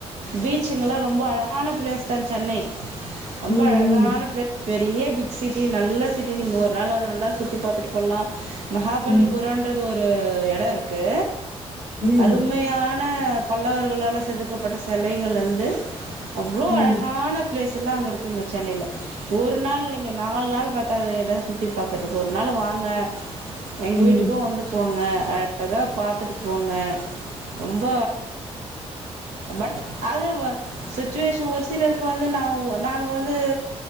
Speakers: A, on the right (about 80°); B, on the right (about 40°).
A: பீச்சுங்கலா ரொம்ப அழகான பிளேஸ் தா சென்னை ரொம்ப
B: ம்,
A: அழகான பிளேஸ் பெரிய பிக் சிட்டி நல்ல சிட்டி நீங்க ஒரு நாள் வந்து நல்லா சுற்றி பாத்துட்டு போலா மகாபலிபுரோன்றது
B: ம்,
A: ஒரு எடோருக்கு
B: ம், ம்,
A: அருமையான பல்லவர்களால்ல செதுக்கப்பட்ட செலைகள்லந்து அவ்ளோ
B: ம்,
A: அழகான ப்ளேஸ்ல்லா அங்க இருக்குங்க சென்னையில ஒரு நாள் இல்லைங்க நாலு நாள் பத்தாது எடோ சுத்தி பாக்கறதுக்கு ஒரு நாள் வாங்க எங்க
B: ம்.
A: வீட்டுக்கு வந்து போங்க அழகா பாத்துட்டு போங்க ரொம்ப பட் அது வ சுச்சுவேஷன் ஒரு சிலருக்கு வந்து நவ் நாங்க வந்து